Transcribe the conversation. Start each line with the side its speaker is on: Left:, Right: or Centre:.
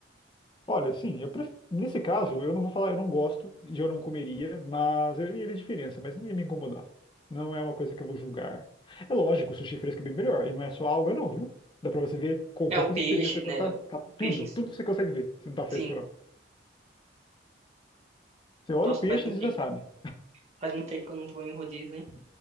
Left: Olha, sim, eu pref- nesse caso, eu não vou falar, eu não gosto e eu não comeria, mas eu iria ver diferença, mas não ia me incomodar. Não é uma coisa que eu vou julgar. É lógico, o sushi fresco é bem melhor, e não é só alga, não, viu? Dá pra você ver completa
Right: É o
Left: diferença
Right: peixe,
Left: quando
Right: né?
Left: tá,
Right: O
Left: tá
Right: peixe
Left: tudo,
Right: em si.
Left: tudo você consegue ver, se não tá fresco
Right: Sim.
Left: ou não. Você olha
Right: Nossa,
Left: o peixe
Right: faz muito
Left: e
Right: tempo.
Left: já sabe,
Right: Faz muito tempo que eu não vou em rodízio, hein?